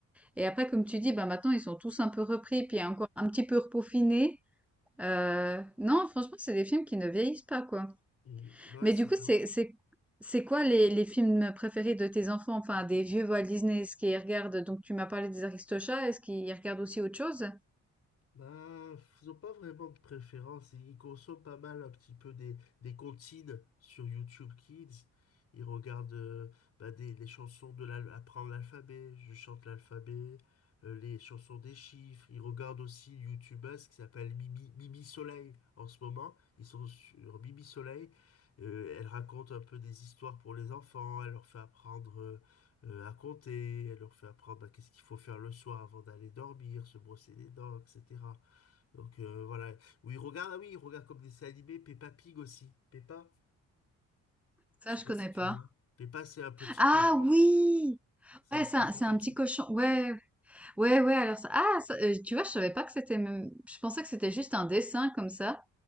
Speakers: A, in the centre; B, on the left.
A: Et après, comme tu dis, bah maintenant, ils sont tous un peu repris, puis encore un petit peu repaufinés. Euh, non, franchement, c'est des films qui ne vieillissent pas, quoi.
B: mm, ouais,
A: Mais
B: c'est
A: du coup,
B: ça.
A: c'est, c'est, c'est quoi les, les films préférés de tes enfants? Enfin, des vieux Walt Disney, est-ce qu'ils regardent? Donc, tu m'as parlé des Aristochats, est-ce qu'ils regardent aussi autre chose?
B: Bah, ils n'ont pas vraiment de préférence. Ils ils consomment pas mal un petit peu des, des comptines sur YouTube Kids. Ils regardent euh, bah, des, les chansons de l'al- apprendre l'alphabet. Je chante l'alphabet. euh, les chansons des chiffres. Ils regardent aussi une youtubeuse qui s'appelle Mimi, Mimi Soleil en ce moment. Ils sont sur Mimi Soleil. Euh, elle raconte un peu des histoires pour les enfants. Elle leur fait apprendre euh, euh, à compter. Elle leur fait apprendre bah, qu'est-ce qu'il faut faire le soir avant d'aller dormir, se brosser les dents, etc. Donc euh, voilà. Oui, regarde, ah oui, il regarde comme des dessins animés, Peppa Pig aussi. Peppa,
A: Ça,
B: je sais
A: je
B: pas
A: connais
B: si tu
A: pas.
B: vois. Peppa, c'est un petit
A: Ah
B: cochon,
A: oui!
B: c'est
A: Ouais,
B: c'est
A: c'est un
B: sympathique.
A: c'est un petit cochon. Ouais, ouais, ouais, alors ça ah ça, heu, tu vois, je savais pas que c'était même je pensais que c'était juste un dessin comme ça,